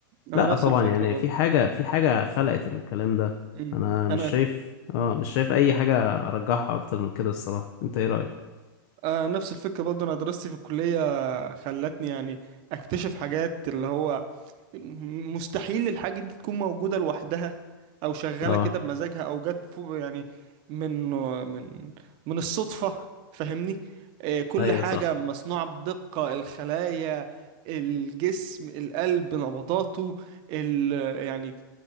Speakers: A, on the left; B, on the right.
A: لا
B: انا نفس
A: طبعا
B: الفكره
A: يعني
B: برضه
A: في حاجة في حاجة خلقت الكلام ده
B: امم
A: انا مش
B: انا
A: شايف اه مش شايف اي حاجة ارجحها اكتر من كده الصراحة انت ايه رأيك
B: آه نفس الفكره برضه انا دراستي في الكليه خلتني يعني اكتشف حاجات اللي هو م- مستحيل الحاجة دي تكون موجودة لوحدها أو شغالة
A: اه
B: كده بمزاجها أو جت فوق يعني من من من الصدفة فاهمني آه، كل
A: ايوه
B: حاجة
A: صح
B: مصنوعة بدقة الخلايا الجسم القلب نبضاته ال يعني